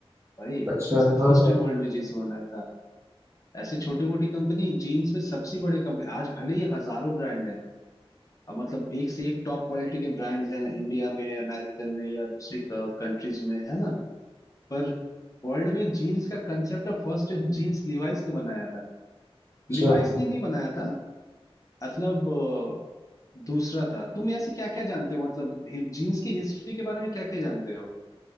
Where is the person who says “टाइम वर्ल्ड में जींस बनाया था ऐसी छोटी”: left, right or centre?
Left